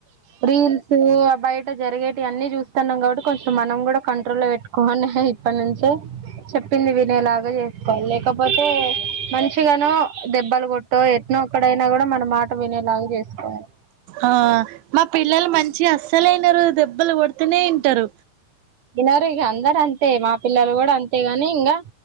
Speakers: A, on the right (about 50°); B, on the right (about 70°).
A: రీల్స్ బయట జరిగేటి అన్ని చూస్తున్నాం కాబట్ కొంచెం మనం కూడా కంట్రోల్ లో పెట్టుకొని ఇప్పడ్నుంచే చెప్ పింది వినేలాగా చేసుకోవాలి లేకపోతే మంచిగానో దెబ్బలు కొట్టో ఎట్నో ఒక్కడైనా కూడా మన మాట వినేలాగా చేసుకోవాలి
B: ఆ మా పిల్లలు మంచిగ అస్సలు ఇనరు దెబ్బలు కొడుతూనే ఇంటారు
A: వినరు ఇగ అందరు అంతే మా పిల్లలు కూడా అంతేగాని ఇంగా